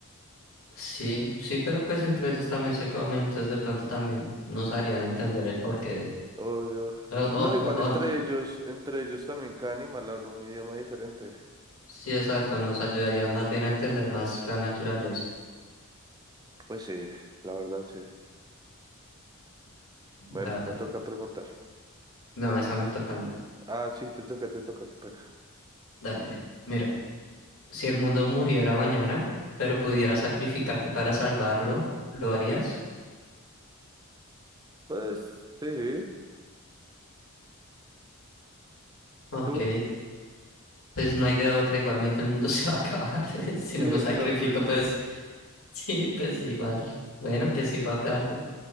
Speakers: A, on the left; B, on the right.
A: Sí, sí, pero pues entre ellos también se comen, entonces de pronto también nos harían entender el porqué de...
B: Obvio.
A: O, o,
B: No, igual
A: o,
B: entre
A: o- no.
B: ellos, entre ellos también cada animal habla un idioma diferente.
A: Sí, exacto, nos ayudarían más bien a entender más la naturaleza.
B: Pues sí, la verdad sí.
A: Dale.
B: Bueno, me toca preguntar.
A: No, esa me toca a mí.
B: Ah, sí, te toca, te toca, qué pena.
A: Dale, dale. Mira, si el mundo muriera mañana, pero pudieras sacrificarte para salvarlo, ¿lo harías?
B: Pues sí,
A: Ok.
B: tú,
A: pues no hay de otra, igualmente el mundo <laughs> se va a acabar. <laughs> Si
B: sí,
A: no me
B: o
A: sacrifico,
B: sea, pues
A: pues
B: eh,
A: sí, pues igual. Bueno, que sirva para algo.